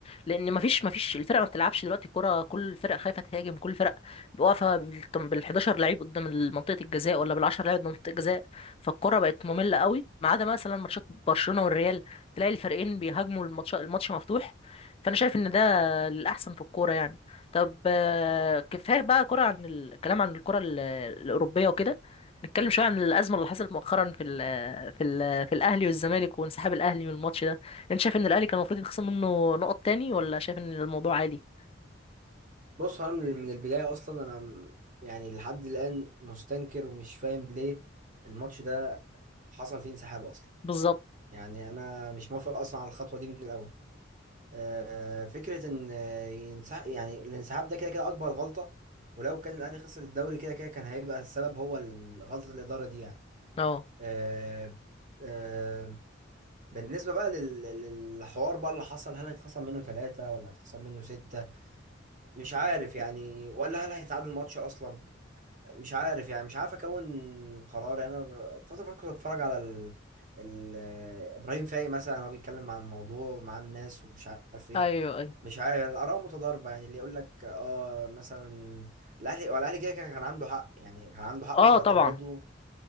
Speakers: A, on the left; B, on the right.
A: لان مفيش مفيش الفرقه ما بتلعبش دلوقتي كوره كل الفرق خايفه تهاجم كل الفرق واقفه بال 11 لعيب قدام منطقه الجزاء ولا بال 10 لعيب قدام منطقه الجزاء فالكرة بقت مملة قوي ما عدا مثلا ماتشات برشلونة والريال تلاقي الفريقين بيهاجموا الماتش الماتش مفتوح فأنا شايف إن ده الأحسن في الكورة يعني طب آه، كفاية بقى كرة عن الكلام عن الكرة ال- الأوروبية وكده نتكلم شوية عن الأزمة اللي حصلت مؤخرا في ال في ال في الأهلي والزمالك وانسحاب الأهلي من الماتش ده أنت شايف إن الأهلي كان المفروض يتخصم منه نقط تاني ولا شايف إن الموضوع عادي؟
B: بص هو انا من من البدايه اصلا انا م- يعني لحد الان مستنكر ومش فاهم ليه الماتش ده حصل فيه انسحاب اصلا
A: بالظبط
B: يعني انا مش موافق اصلا على الخطوه دي من الاول آه، فكرة إن آه، ينسحب يعني الانسحاب ده كده كده أكبر غلطة ولو كان الأهلي خسر الدوري كده كده كان هيبقى السبب هو ال- غلطة الإدارة دي يعني
A: اه
B: آه، آه، بالنسبة بقى لل- لل- للحوار بقى اللي حصل هل هيتخصم منه ثلاثة ولا هيتخصم منه ستة مش عارف يعني ولا هل هيتعادل الماتش أصلا مش عارف يعني مش عارف اكون قرار يعني انا ب- الفتره اللي فاتت كنت اتفرج على ال... ال... ابراهيم فايق مثلا هو بيتكلم عن الموضوع مع الناس ومش عارف ايه
A: ايوه ايوه
B: مش عارف الاراء متضاربه يعني اللي يقول لك اه مثلا الاهلي هو الاهلي كده كده كان عنده حق يعني كان عنده حق
A: اه
B: في اعتراضه
A: طبعا